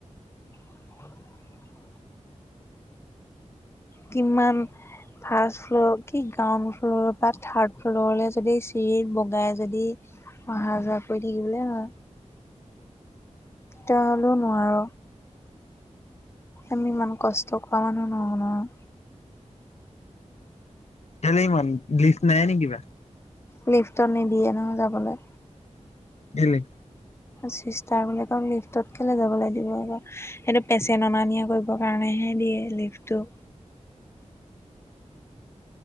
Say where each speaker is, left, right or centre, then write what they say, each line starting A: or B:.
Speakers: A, on the left; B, on the left.
A: <inaudible> কিমান ফাৰ্ষ্ট ফ্ল'ৰ কি গ্ৰাউণ্ড ফ্ল'ৰ পা থাৰ্ড ফ্ল'ৰলৈ যদি চিৰিত বগাই যদি অহা যোৱা কৰি থাকিবলৈ হয়। তই হ'লেও নোৱাৰ, আমি ইমান কষ্ট কৰা মানুহ নহয় নহয়।
B: কেলে ইমান লিফ্ট নাই নে কিবা?
A: লিফ্টত নিদিয়ে নহয় যাবলৈ।
B: কেলে?
A: চিষ্টাৰ বিলাকক লিফ্টত কেলে যাবলৈ দিব আকৌ? সেইটো পেচেণ্ট অনা নিয়া কৰিবৰ কাৰণেহে দিয়ে লিফ্টো।